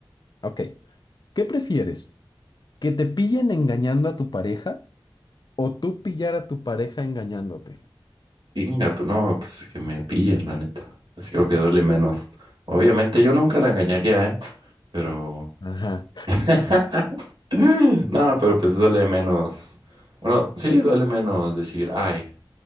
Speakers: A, on the left (about 55°); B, on the right (about 75°).
A: Ok, ¿qué prefieres? ¿Que te pillen engañando a tu pareja o tú pillar a tu pareja engañándote?
B: Inga, tú, no, pues que me pillen, la neta. Es que creo que duele menos. Obviamente yo nunca la engañaría, ¿eh? pero...
A: Ajá.
B: <laughs> No, pero pues duele menos. Bueno, sí, duele menos decir, ay,